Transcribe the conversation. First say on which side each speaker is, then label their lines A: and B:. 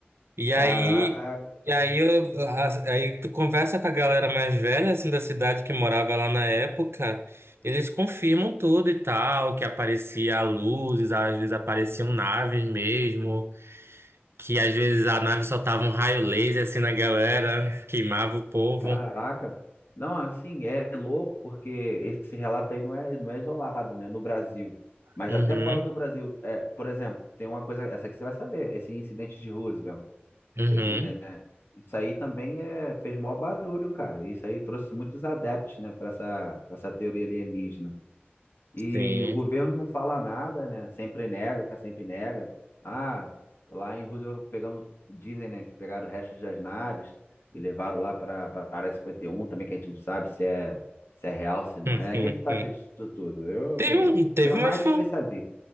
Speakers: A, on the right; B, on the left.
A: E
B: Caraca.
A: aí, e aí, eu- a- aí tu conversa com a galera mais velha assim da cidade que morava lá na época, eles confirmam tudo e tal, que aparecia luzes, às vezes apareciam naves mesmo, que às vezes a nave soltava um raio laser assim na galera, queimava o povo.
B: Caraca. Não, assim, é louco porque esse relato aí não é, não é isolado, né, no Brasil. Mas
A: Uhum,
B: até fora do Brasil, é, por exemplo, tem uma coisa, essa que você vai saber, esse incidente de Roosevelt,
A: uhum,
B: esse, né, isso aí também é, fez maior barulho, cara. Isso aí trouxe muitos adeptos, né, para essa, pra essa teoria alienígena. E
A: sim.
B: o governo não fala nada, né? Sempre nega, sempre nega. Ah, lá em Roosevelt pegamos, dizem, né, que pegaram restos das naves e levaram lá para a Área cinquenta e um. também, que a gente não sabe se é, se é real, se não
A: <laughs>
B: é. O que que tu acha disso tudo? Eu,
A: Teve um, teve
B: tu é mais
A: umas fan-
B: especialista.